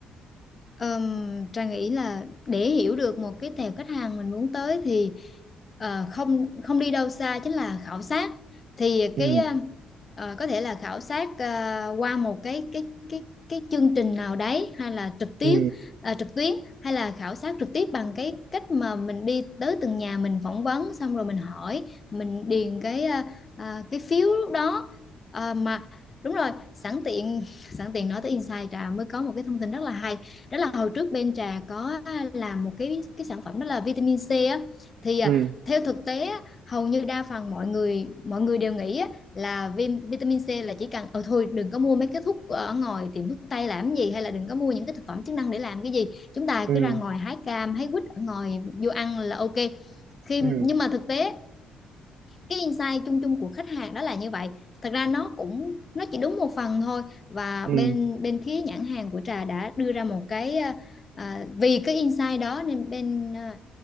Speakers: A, on the left; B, on the right.
A: Ờm, Trang nghĩ là để hiểu được một cái tệp khách hàng mình muốn tới thì ờ, không không đi đâu xa chính là khảo sát thì
B: ừ
A: cái ờ, ờ, có thể là khảo sát ờ, qua một cái cái cái cái chương trình nào đấy hay là trực tiếp
B: ừ
A: ờ, trực tuyến hay là khảo sát trực tiếp bằng cái cách mà mình đi tới từng nhà mình phỏng vấn xong rồi mình hỏi mình điền cái ờ, ờ, cái phiếu lúc đó Ờ, mà đúng rồi sẵn tiện <laughs> sẵn tiện nói tới Insight Trà mới có một cái thông tin rất là hay đó là hồi trước bên trà có làm một cái cái sản phẩm đó là vitamin C á thì à,
B: ừ
A: theo thực tế á, hầu như đa phần mọi người mọi người đều nghĩ á, là vi- vitamin C là chỉ cần ờ thôi đừng có mua mấy cái thuốc ở ngoài tiệm thuốc tây làm gì hay là đừng có mua những cái thực phẩm chức năng để làm cái gì chúng ta
B: ừ
A: cứ ra ngoài hái cam hái quýt ở ngoài vô ăn là ok khi
B: ừ
A: nhưng mà thực tế cái insight chung chung của khách hàng đó là như vậy thật ra nó cũng nó chỉ đúng một phần thôi và
B: ừ
A: bên bên phía nhãn hàng của trà đã đưa ra một cái ờ, ờ, vì cái insight đó nên bên ờ,